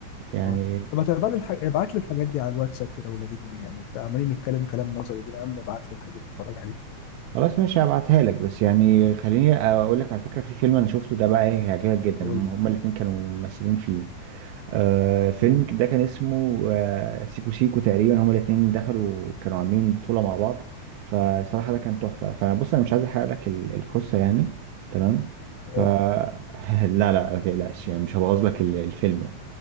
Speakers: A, on the right; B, on the left.
A: يعني
B: اه طب ما تبعت الح... ابعت لي الحاجات دي على الواتساب كده ولغيني بيها يعني انت عمالين نتكلم كلام نظري كده يا عم ابعت لي الحاجات تتفرج عليها
A: خلاص ماشي هبعتها لك بس يعني خليني اقول لك على فكرة في فيلم انا شفته ده بقى ايه هيعجبك جدا
B: قول
A: هم
B: لي
A: هما الاتنين كانوا ممثلين فيه آه فيلم
B: مم.
A: ده كان اسمه آه سيكو سيكو تقريبا هما الاتنين دخلوا كانوا عاملين بطولة مع بعض فصراحة ده كان تحفة فبص انا مش عايز احرق لك ال- القصة يعني تمام ف
B: اوعى
A: <laughs> لا لا ما تقلقش يعني مش هبوظ لك ال- الفيلم يعني